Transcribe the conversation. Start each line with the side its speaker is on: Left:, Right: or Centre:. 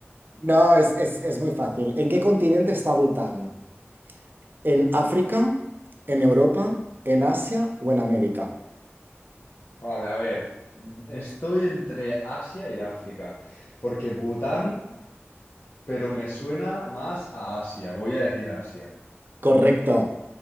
Right: No, es, es, es muy fácil. ¿En qué continente está Bután? ¿En África? ¿En Europa? ¿En Asia o en América?
Left: Vale, a ver, estoy entre Asia y África, porque Bután, pero me suena más a Asia, voy a decir Asia.
Right: Correcto.